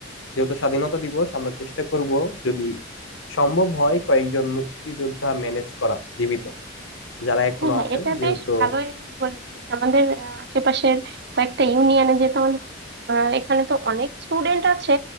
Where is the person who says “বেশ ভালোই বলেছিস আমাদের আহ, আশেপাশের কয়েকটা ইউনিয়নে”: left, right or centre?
Right